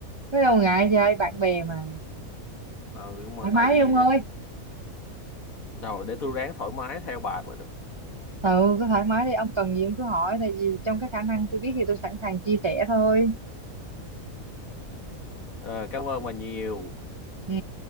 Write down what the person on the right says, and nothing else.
Có đâu ngại vậy, bạn bè mà.
Thoải
mái
đi ông ơi.
Ừ, cứ thoải mái đi, ông cần gì ông cứ hỏi, tại vì trong cái khả năng tôi biết thì tôi sẵn sàng chia sẻ thôi.
Ừ,